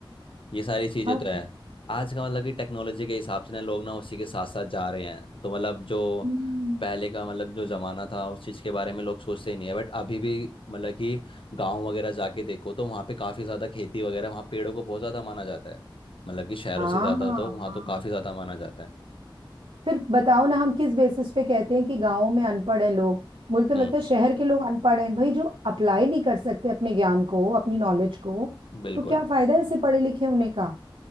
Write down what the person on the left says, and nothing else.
ये सारी चीजें
तो है
आज का मतलब कि टेक्नोलॉजी के हिसाब से ना लोग ना उसी के साथ साथ जा रहे हैं तो मतलब जो
पहले का मतलब जो जमाना था उस चीज के बारे में लोग सोचते ही नहीं है बट अभी भी मतलब कि गांव वगैरह जाके देखो तो वहाँ पे काफी ज्यादा खेती वगैरह वहाँ पेड़ों को बहुत ज्यादा माना जाता है मतलब कि शहरों
से ज्यादा
तो वहाँ तो काफी ज्यादा माना जाता है
हम्म
बिल्कुल